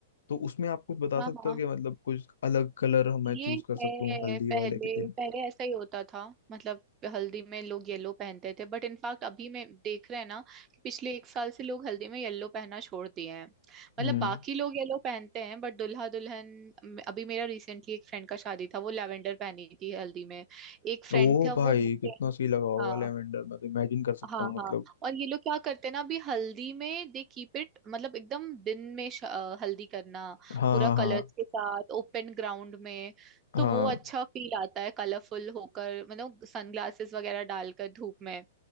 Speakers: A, on the left (about 80°); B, on the right (about 25°).
A: तो उसमें आप कुछ बता
B: हाँ
A: सकते
B: हाँ
A: हो कि मतलब कुछ अलग कलर मैं
B: ये
A: चूज कर सकता
B: है
A: हूँ हल्दी
B: पहले
A: वाले के दिन
B: पहले ऐसा ही होता था मतलब हल्दी में लोग येलो पहनते थे बट इनफैक्ट अभी में देख रहे हैं ना कि पिछले एक साल से लोग हल्दी में येलो पहनना छोड़ दिए हैं मतलब
A: हम्म
B: बाकी लोग येलो पहनते हैं बट दुल्हा दुल्हन अभी मेरा रिसेंटली एक फ्रेंड का शादी था वो लैवेंडर पहनी थी हल्दी में एक फ्रेंड
A: ओ
B: था
A: भाई
B: वो
A: कितना सही लगा होगा
B: हाँ
A: लेवेंडर मैं तो इमेजिन कर सकता
B: हाँ
A: हूँ मतलब
B: हाँ और ये लोग क्या करते हैं ना अभी हल्दी में दे कीप इट मतलब एकदम दिन में श- अ, हल्दी करना
A: हाँ
B: पूरा
A: हाँ हाँ
B: कलर्स के साथ ओपन ग्राउंड में
A: हाँ
B: तो वो अच्छा फील आता है कलरफुल होकर मतलब सनग्लासेस वगैरह डालकर धूप में